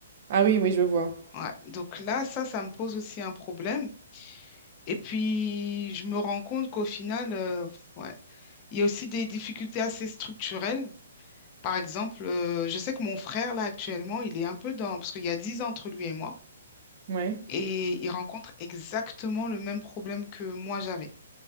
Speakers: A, on the right; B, on the left.
A: Ah oui, oui, je vois.
B: Ouais. Donc là, ça, ça me pose aussi un problème. Et puis, je me rends compte qu'au final, euh, ouais, il y a aussi des difficultés assez structurelles. Par exemple, euh, je sais que mon frère, là, actuellement, il est un peu dans... Parce qu'il y a 10 ans entre lui et moi,
A: Ouais.
B: et il rencontre exactement le même problème que moi j'avais